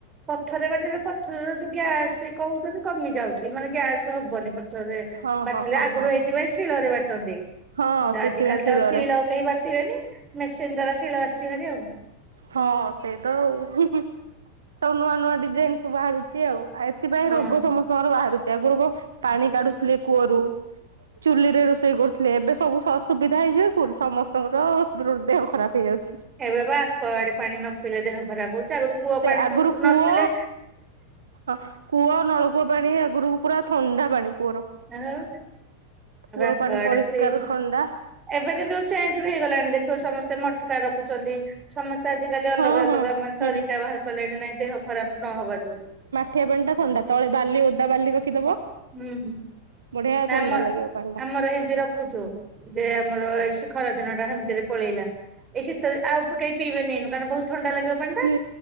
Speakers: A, on the right; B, on the right.
A: ପଥରରେ ବାଟିଲେ ପଥରର ଯୋଉ ଗ୍ୟାସ କହୁଛନ୍ତି କମି ଯାଉଛି ମାନେ ଗ୍ୟାସ ହବନି ପଥରରେ
B: ହଁ
A: ବାଟିଲେ
B: ହଁ ହଁ
A: ଆଗରୁ
B: ହଁ
A: ଏଇଥିପାଇଁ ଶିଳରେ ବାଟନ୍ତି।
B: ହଁ
A: ଆଜିିକାଲି
B: ସେଥିପାଇଁ
A: ତ
B: ଶିଳରେ
A: ଆଉ ଶିଳ କେହି ବାଟିବେନି ମେସିନ ଦ୍ୱାରା ଶିଳ ଆସିଛି ହେରି ଆଉ।
B: ହଁ ସେଇ ତ ଆଉ ସବୁ ନୂଆ ନୂଆ ଡିଜାଇନ। ବାହାରୁଛି ଆଉ ଆଉ ଏଥିପାଇଁ
A: ହଁ।
B: ରୋଗ ସମସ୍ତଙ୍କର ବାହାରୁଛି ଆଗରୁ କ ପାଣି କାଢୁଥିଲେ କୂଅରୁ ଚୁଲି ରେ ରୋଷେଇ କରୁଥିଲେ ଏବେ ସବୁ ସୁବିଧା ହେଇଯିବା କୁ ସମସ୍ତଙ୍କର ଦେହ ଖରାପ ହେଇଯାଉଛି।
A: ଏବେ ବା ଆକ୍ୱାଗାର୍ଡ ପାଣି ନ ପିଇଲେ ଦେହ ଖରାପ ହଉଛି। ଆଗରୁ କୂଅ
B: ସେ
A: ପାଣି
B: ଆଗରୁ
A: ପିଉ
B: କୂଅ
A: ନଥିଲେ।
B: ହଁ ନଳକୂଅ କୂଅ ପାଣି ଆଗରୁ ପୁରା ଥଣ୍ଡା ପାଣି କୂଅର।
A: ଆଉ ଏବେ
B: କୂଅର
A: ଆକ୍ୱାଗାର୍ଡ
B: ପାଣି ପରିଷ୍କାର
A: ଫ୍ରିଜ
B: ଥଣ୍ଡା।
A: ଏବେ କିନ୍ତୁ ଚେଞ୍ଜ ବି ହେଇଗଲାଣି ଦେଖ ସମସ୍ତେ ମଟକାରେ ରଖୁଛନ୍ତି। ସମସ୍ତେ ଆଜିିକାଲି ଅଲଗା
B: ହଁ
A: ଅଲଗା
B: ହଁ
A: ମାନେ
B: ହୁଁ
A: ତରିକା ବାହାର କଲେଣି ନାଇଁ ଦେହ ଖରାପ ନହବା ଯୋ।
B: ଠିଆପାଣି ଟା ଥଣ୍ଡା ତଳେ ବାଲି ଓଦା ବାଲି ରଖିଦବ
A: ହୁଁ
B: ବଢିଆ
A: ନା
B: ଥଣ୍ଡା
A: ଆମ
B: ଲାଗିବ ପାଣି ଟା
A: ଆମର ଏମତି ରଖୁଛୁ। ଯେ ଆମର ଏଇ ସି ଖରା ଦିନ ଟା ହେମିତିରେ ପଳେଇଲା। ଏଇ ଶୀତରେ ଆଉ କେହି ପିଇବେନି ଏଇନୁ କାରଣ ବହୁତ ଥଣ୍ଡା ଲାଗିବ ପଣିଟା
B: ସେ